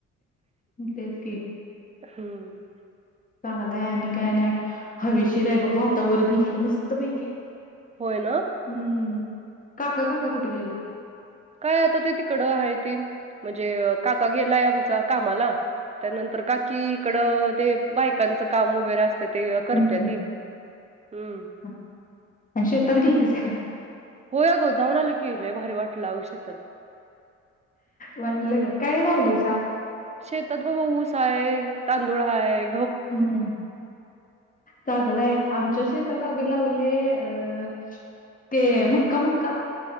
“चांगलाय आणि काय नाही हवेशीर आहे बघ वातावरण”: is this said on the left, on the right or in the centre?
Left